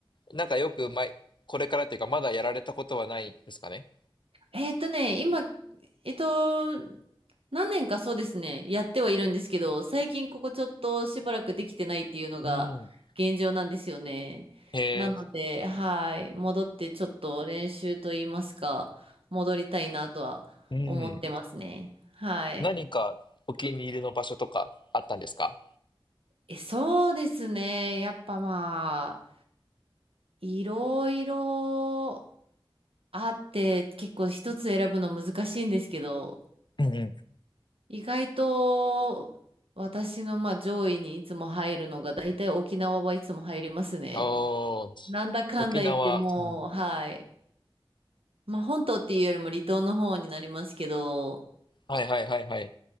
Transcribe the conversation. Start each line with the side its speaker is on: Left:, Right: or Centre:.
Left: なんかよく前、これからっていうか、まだやられたことはないんですかね。
Right: えーっとね、今、えっと、何年かそうですね、やってはいるんですけど、最近ここちょっとしばらくできてないっていうのが現状なんですよね。
Left: うん。え
Right: なので、はい、戻ってちょっと練習と言いますか、戻りたいなとは思ってますね。
Left: ー、うん。
Right: はい。
Left: 何かお気に入りの場所とかあったんですか
Right: え、そうですね。やっぱまあ、いろいろあって、結構一つ選ぶの難しいんですけど、
Left: うんうん。
Right: 意外と私のまあ上位にいつも入るのが大体沖縄はいつも入りますね。
Left: おー、
Right: なんだかんだ言ってもう、
Left: 沖縄。うん
Right: はい。まあ本島っていうよりも離島の方になりますけど、
Left: はいはいはいはい。